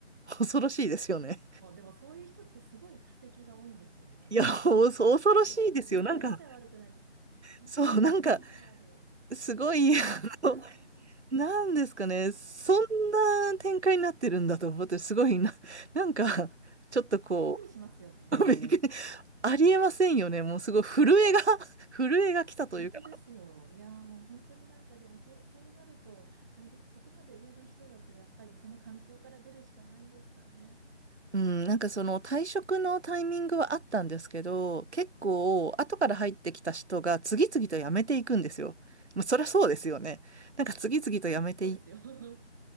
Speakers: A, on the right (about 70°); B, on the right (about 15°).
A: 恐ろしいですよね。
B: あ、でもそういう人ってすごい多責が多いんですよね、多分。
A: いや、お恐ろしいですよ。
B: うん。自分は一切悪くないですよね。
A: なんか、
B: なんかもう本当たちがある。
A: そう、なんか、すごい、
B: やだー。
A: あのなんですかね、そんな展開になってるんだと思って、すごいな、<laughs> なんか、ちょっとこ
B: びっくりしますよね。
A: う、<laughs> びっくりありえませんよね、もうすごい震えが <laughs> 震えが来たというか、
B: 本当ですよ。いやーもう本当になんかでもそう、そうなると、あれです。そこまで上の人だとやっぱりその環境から出るしかないんですかね。
A: うん、なんかその退職のタイミングはあったんですけど、結構、後から入ってきた人が次々と辞めていくんですよ。まあ、そりゃそうですよね。なんか次々と辞めていって
B: そうですよ。<laughs>